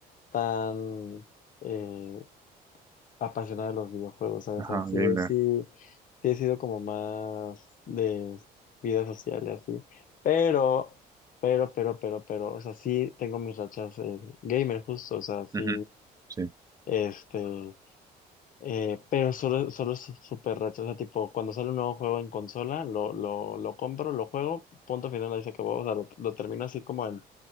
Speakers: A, on the left; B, on the right.
A: tan eh, apasionado de los videojuegos, ¿sabes?
B: ajá,
A: O sea, sí,
B: gamer.
A: he- sí, sí he sido como más de vida social y así. Pero, pero, pero, pero, pero, o sea, sí tengo mis rachas eh, gamer justo, o sea, sí,
B: Ujú, Sí.
A: este, eh, pero solo, solo es súper racha, o sea, tipo, cuando sale un nuevo juego en consola, lo, lo, lo compro, lo juego, punto final, ahí se acabó, o sea, lo, lo termino así como en,